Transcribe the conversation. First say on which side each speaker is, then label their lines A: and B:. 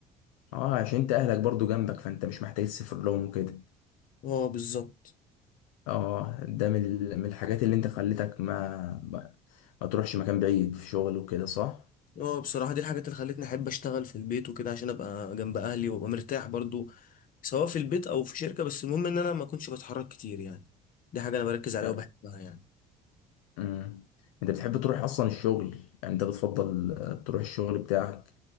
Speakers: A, on the left; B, on the left.
A: اه عشان انت اهلك برضو جنبك فانت مش محتاج تسافر لهم وكده
B: اه بالظبط
A: اه ده من ال- من الحاجات اللي انت خلتك ما ما, ما تروحش مكان بعيد في شغل وكده صح
B: اه بصراحة دي الحاجات اللي خلتني احب اشتغل في البيت وكده عشان ابقى جنب اهلي وابقى مرتاح برضو سواء في البيت او في شركة بس المهم ان انا ما اكونش بتحرك كتير يعني دي حاجة انا بركز عليها
A: آه،
B: وبحبها يعني
A: امم انت بتحب تروح اصلا الشغل يعني انت بتفضل آه، تروح الشغل بتاعك